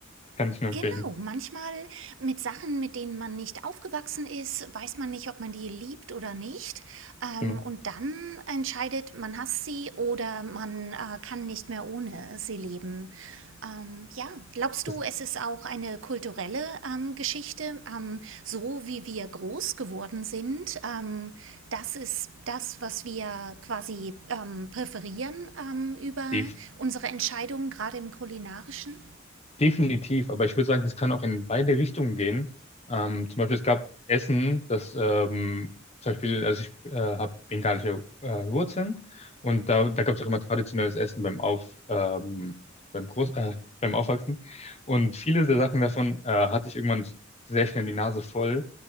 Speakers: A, on the left; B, on the right.
A: Kann ich nur empfehlen.
B: Genau, manchmal mit Sachen, mit denen man nicht aufgewachsen ist, weiß man nicht, ob man die liebt oder nicht. Ähm,
A: Genau.
B: und dann entscheidet, man hasst sie oder man äh, kann nicht mehr ohne sie leben. Ähm, ja, glaubst
A: Das
B: du, es ist auch eine kulturelle ähm, Geschichte, ähm, so wie wir groß geworden sind? Ähm, das ist das, was wir quasi ähm, präferieren ähm, über
A: die,
B: unsere Entscheidungen, gerade im kulinarischen?
A: Definitiv, aber ich würde sagen, das kann auch in beide Richtungen gehen. Ähm, zum Beispiel, es gab Essen, das ähm, zum Beispiel, also ich äh, habe bengalische äh, Wurzeln und da, da gab es auch immer traditionelles Essen beim Auf, ähm, beim Groß, äh, beim Aufwachsen. Und viele der Sachen davon äh, hatte ich irgendwann sehr schnell die Nase voll,